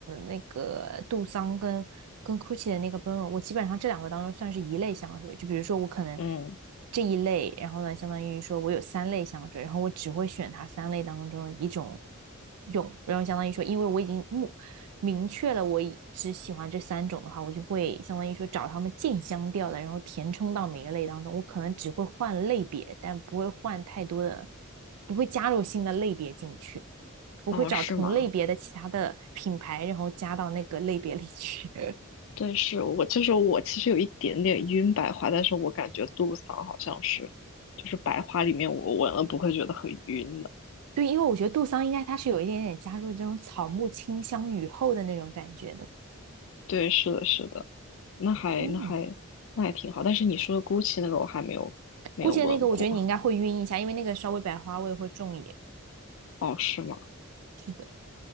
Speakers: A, on the right; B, on the left.
A: 那个杜桑跟跟 Gucci 的那个 b 用，n 我基本上这两个当中算是一类香水。就比如说我可能
B: 嗯，
A: 这一类，然后呢，相当于说我有三类香水，然后我只会选它三类当中的一种用，然后相当于说，因为我已经目明确了我只喜欢这三种的话，我就会相当于说找他们竞相调的，然后填充到每个类当中。我可能只会换类别，但不会换太多的，不会加入新的类别进去。我会找同类别的其他的品牌，
B: 哦，是吗？
A: 然后加到那个类别里去。<laughs>
B: 对，是我就是我其实有一点点晕白花，但是我感觉杜桑好像是就是白花里面我闻了不会觉得很晕的。
A: 对，因为我觉得杜桑应该它是有一点点加入这种草木清香雨后的那种感觉的。
B: 对，是的，是的，那还那还那还挺好。
A: 嗯，
B: 但是你说的 Gucci 那个我还没有没有闻过。
A: 估计那个我觉得你应该会晕一下，因为那个稍微百花味会重一点。
B: 哦，是吗？
A: 是的。